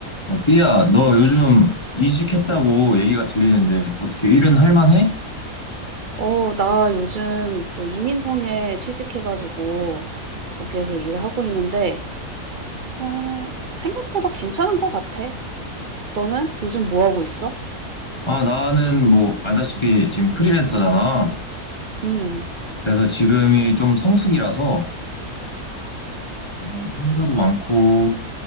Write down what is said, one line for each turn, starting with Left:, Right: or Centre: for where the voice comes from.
Left: 어, 삐야, 너 요즘 이직했다고 얘기가 들리는데 어떻게 일은 할 만해?
Right: 어, 나 요즘 그 이민성에 취직해 가지고 거기에서 일을 하고 있는데 어, 생각보다 괜찮은 것 같아. 너는 요즘 뭐 하고 있어?
Left: 아, 나는 뭐 알다시피 지금 프리랜서잖아.
Right: 음.
Left: 그래서 지금이 좀 성수기라서 뭐 행사도 많고